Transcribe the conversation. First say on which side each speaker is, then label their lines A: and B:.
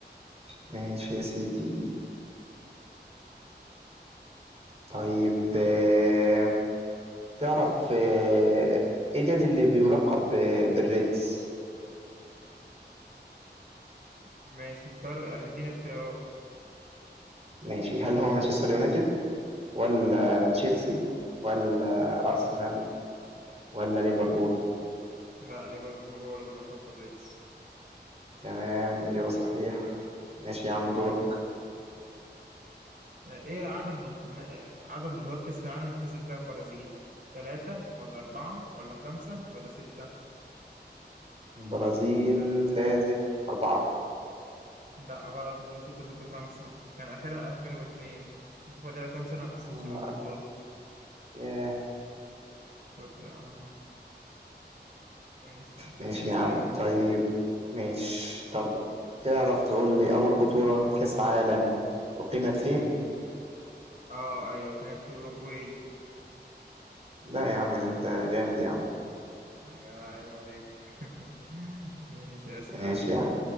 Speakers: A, on the right; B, on the right.
A: ماشي يا سيدي طيب آآ تعرف آآ إيه النادي اللي بيُلقّب ب بالReds؟
B: ماشي اختار اديني اختيارات
A: ماشي، هل هو مانشستر يونايتد والّا تشيلسي والّا أرسنال والّا ليفربول؟
B: لا ليفربول هو اللي بيلقب بالريدز
A: تمام، إجابة صحيحة. ماشي يا
B: تمام
A: عم دورك.
B: آه، إيه عدد بط... ما- عدد بطولات كأس العالم اللي فازت بيها البرازيل ثلاثة ولا أربعة ولا خمسة ولا ستة
A: البرازيل فازت 4
B: لا غلط البرازيل فازت بخمسة كان آخرها 2002 شوف فاضلها كام سنة ما فازتش
A: آه،
B: بالبطولة
A: ياه!
B: شوف آه ماشي
A: ماشي
B: اسأل
A: يا عم،
B: أنت
A: طيب ماشي. طَب تعرف تقول لي أول بطولة كاس عالم أُقيمت فين؟
B: اه ايوه كانت في اوروجواي
A: لأ يا عم، ده أنت جامد يا عم.
B: يا عيب عليك <laughs> ماشي اسال
A: ماشي
B: انا
A: يا عم